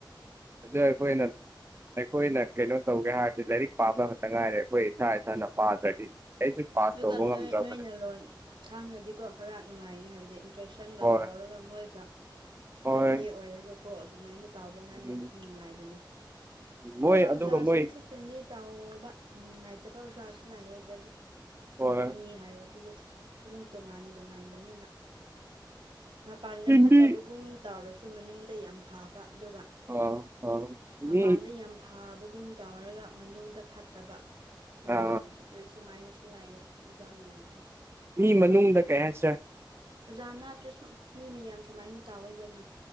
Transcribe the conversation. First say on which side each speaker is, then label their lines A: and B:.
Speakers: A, on the right; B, on the right.
A: ꯑꯗꯨ ꯑꯩꯈꯣꯏꯅ ꯑꯩꯈꯣꯏꯅ ꯀꯩꯅꯣ ꯇꯧꯒꯦ ꯍꯥꯏꯔꯗꯤ ꯂꯥꯏꯔꯤꯛ ꯄꯥꯕ ꯈꯛꯇ ꯉꯥꯏꯔꯦ ꯑꯩꯈꯣꯏ ꯏꯁꯥ ꯏꯁꯥꯅ ꯄꯥꯗ꯭ꯔꯗꯤ ꯑꯩꯁꯨ ꯄꯥꯁ
B: ꯑꯗꯨꯒ
A: ꯇꯧꯕ ꯉꯝꯗ꯭ꯔꯕꯅꯦ
B: ꯅꯣꯏ ꯅꯣꯏꯅ ꯂꯣꯟ ꯈꯪꯉꯗꯤꯀꯣ ꯈꯔ ꯅꯨꯡꯉꯥꯏꯅꯤ ꯍꯥꯏꯕꯗꯤ ꯇ꯭ꯔꯦꯁꯟꯒ
A: ꯍꯣꯏ
B: ꯇꯧꯔꯒ ꯃꯣꯏꯒ
A: ꯍꯣꯏ
B: ꯐ꯭ꯔꯦꯟꯂꯤ ꯑꯣꯏꯔꯒꯀꯣ ꯑꯗꯨꯃꯥꯏꯅ ꯇꯥꯎꯕ ꯉꯥꯟꯗ
A: ꯎꯝ
B: ꯅꯨꯡꯉꯥꯏꯕꯅꯦ ꯑꯗꯣ
A: ꯃꯣꯏ
B: ꯑꯣꯖꯥꯁꯤꯡꯁꯨ
A: ꯑꯗꯨꯒ ꯃꯣꯏ
B: ꯐ꯭ꯔꯦꯟꯂꯤ ꯇꯥꯎꯕ ꯅꯨꯉꯥꯏꯇꯕ ꯑꯣꯖꯥꯥꯁꯨ ꯂꯥꯛꯑꯦ ꯑꯗ
A: ꯍꯣꯏ
B: ꯃꯤ ꯍꯥꯏꯕꯁꯤꯗꯤ ꯑꯗꯨꯝ ꯇꯣꯉꯥꯟ ꯇꯣꯉꯥꯟꯕꯅꯤꯅ ꯃꯄꯥꯟꯗ
A: ꯍꯤꯟꯗꯤ
B: ꯐꯠꯇꯕꯒꯨꯝ ꯇꯧꯔꯁꯨ ꯃꯅꯨꯡꯗ ꯌꯥꯝ ꯐꯕ ꯑꯗꯨꯒ
A: ꯑ ꯑ
B: ꯃꯄꯥꯟꯗ
A: ꯃꯤ
B: ꯌꯥꯝ ꯐꯕꯒꯨꯝ ꯇꯧꯔꯒ ꯃꯅꯨꯡꯗ ꯐꯠꯇꯕ ꯃꯌꯥꯝ
A: ꯑ
B: ꯑꯗꯨ ꯁꯨꯃꯥꯏꯅꯁꯨ ꯂꯥꯛꯌꯦ ꯑꯣꯖꯥ ꯃꯌꯥꯝꯁꯦ
A: ꯃꯤ ꯃꯅꯨꯡꯗ ꯀꯩ ꯍꯥꯏꯁꯤꯔꯥ
B: ꯑꯣꯖꯥ ꯅꯠꯇ꯭ꯔꯁꯨ ꯃꯤ ꯃꯌꯥꯝ ꯁꯨꯃꯥꯏꯅ ꯇꯥꯑꯣꯏꯗꯅ